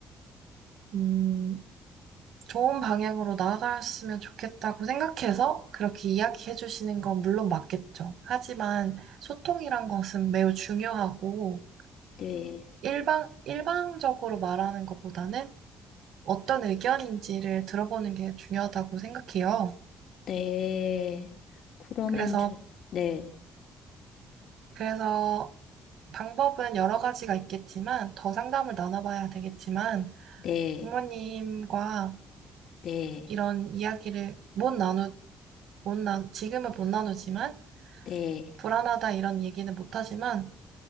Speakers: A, on the right; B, on the left.
A: 음, 좋은 방향으로 나아갔으면 좋겠다고 생각해서 그렇게 이야기해 주시는 건 물론 맞겠죠. 하지만 소통이란 것은 매우 중요하고
B: 네,
A: 일방, 일방적으로 말하는 것보다는 어떤 의견인지를 들어보는 게 중요하다고 생각해요.
B: 네. 그러면
A: 그래서,
B: 저, 네,
A: 그래서 방법은 여러 가지가 있겠지만 더 상담을 나눠봐야 되겠지만
B: 네.
A: 부모님과
B: 네,
A: 이런 이야기를 못 나누, 못 나, 지금은 못 나누지만
B: 네,
A: 불안하다 이런 얘기는 못하지만